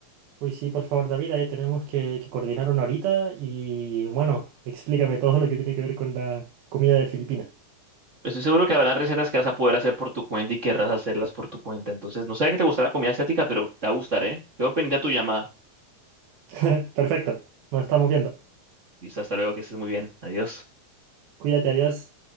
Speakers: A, on the right (about 80°); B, on the right (about 40°).
A: Uy, sí, por favor, David, ahí tenemos que, que coordinar una horita y bueno, explícame todo lo que tiene que ver con la comida de Filipinas.
B: Estoy seguro que habrá recetas que vas a poder hacer por tu cuenta y querrás hacerlas por tu cuenta. Entonces, no sé que te gustará la comida asiática, pero te va a gustar, ¿eh? Quedo pendiente a tu llamada.
A: <laughs> Perfecto, nos estamos viendo.
B: Listo, hasta luego, que estés muy bien. Adiós.
A: Cuídate, adiós.